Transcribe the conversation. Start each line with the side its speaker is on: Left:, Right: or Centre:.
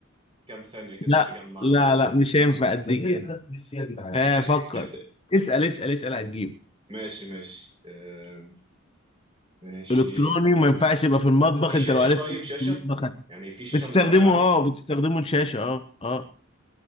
Right: كام ثانية كده
Left: لا
Right: اجمع
Left: لا
Right: معلومات
Left: لا مش هينفع اديك اه
Right: <laughs>
Left: فكر اسال اسال اسال هتجيب
Right: ماشي ماشي آه ماشي
Left: الكتروني
Right: طب
Left: ما ينفعش يبقى في المطبخ
Right: في شاشة
Left: انت لو عرفت
Right: طيب
Left: إنه
Right: شاشة
Left: في المطبخ هت...
Right: يعني في شاشة
Left: بتستخدمه
Right: بنتفرج عليها
Left: اه
Right: <laughs>
Left: بتستخدمه الشاشه اه اه